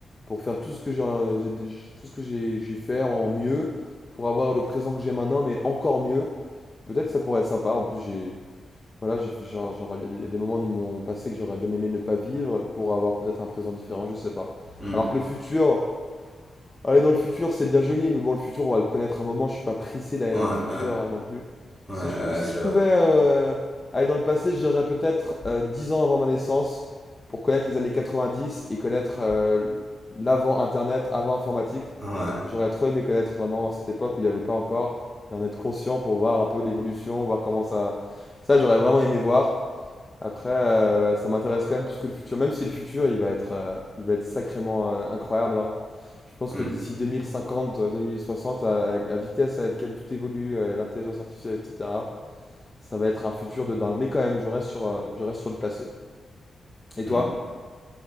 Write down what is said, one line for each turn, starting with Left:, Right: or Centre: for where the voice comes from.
Left: pour faire tout ce que j'ai, euh, j'ai dé- tout ce que j'ai, j'ai fait en mieux, pour avoir le présent que j'ai maintenant, mais encore mieux. Peut-être ça pourrait être sympa. En plus, j'ai, voilà, j'ai, genre, j'aurais, il y a des il y a des moments de mon passé que j'aurais bien aimé ne pas vivre pour avoir peut-être un présent différent, je sais pas.
Centre: Mm.
Left: Alors que le futur. Aller dans le futur, c'est bien joli, mais bon, le futur, on va le connaître un moment. Je suis pas pressé d'aller
Centre: Ouais,
Left: dans le futur
Centre: ouais,
Left: euh, non plus.
Centre: ouais,
Left: Si
Centre: ouais,
Left: je, pou- si
Centre: c'est
Left: je pouvais
Centre: vrai.
Left: euh, aller dans le passé, j'irais peut-être euh, 10 ans avant ma naissance pour connaître les années 90 et connaître euh, l'avant Internet, avant informatique.
Centre: Ouais.
Left: J'aurais trop aimé connaître vraiment cette époque où il n'y avait pas encore et en être conscient pour voir un peu l'évolution, voir comment ça. Ça, j'aurais vraiment aimé voir. Après, euh, ouais, ça m'intéresse quand même plus que le futur, même si le futur, il va être, euh, il va être sacrément euh, incroyable, hein. Je pense
Centre: Mm,
Left: que d'ici 2050 euh, 2060, à, à- la vitesse à laquelle tout évolue, euh, l'intelligence artificielle, etc., ça va être un futur de dingue. Mais quand même, je reste sur, euh, je reste sur le passé. Et toi?
Centre: mm.